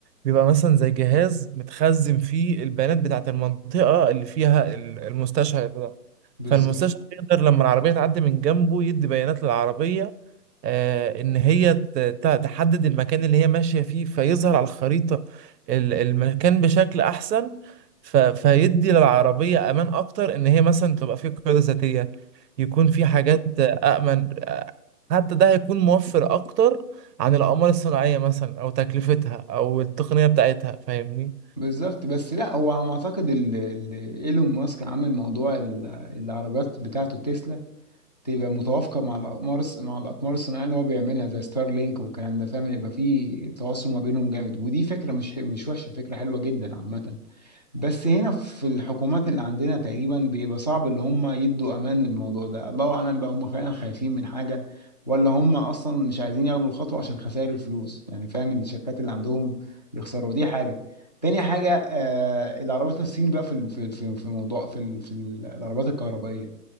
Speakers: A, on the right; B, on the left.
A: بيبقى مثلا زي جهاز متخزن فيه البيانات بتاعت المنطقه اللي فيها ال- المستشعر ده
B: بالظبط
A: فالمستشعر يقدر لما العربيه تعدي من جنبه يدي بيانات للعربيه آه، ان هي ت- ت- تحدد المكان اللي هي ماشية فيه فيظهر على الخريطة ال- المكان بشكل احسن ف- فيدي للعربية امان اكتر ان هي مثلا تبقى في قيادة ذاتية يكون في حاجات امن آه، حتى ده هيكون موفر اكتر عن الاقمار الصناعية مثلا او تكلفتها او التقنية بتاعتها فاهمني
B: بالظبط بس لا هو على ما اعتقد ال- ال- ايلون ماسك عامل موضوع ال- العربيات بتاعته تسلا تبقى متوافقه مع الاقمار الص- مع الاقمار الصناعيه اللي هو بيعملها زي ستار لينك والكلام ده فاهم يبقى في تواصل ما بينهم جامد ودي فكره مش ح- مش وحشه فكره حلوه جدا عامه بس هنا في الحكومات اللي عندنا تقريبا بيبقى صعب اللي هم يدوا امان للموضوع ده الله اعلم بقى هم فعلا خايفين من حاجه ولا هم اصلا مش عايزين ياخدوا الخطوه عشان خسائر الفلوس يعني فاهم الشركات اللي عندهم يخسروا دي حاجه تاني حاجه آه العربيات الصين بقى في ال- في في في موضوع في ال- في ال- العربيات الكهربائيه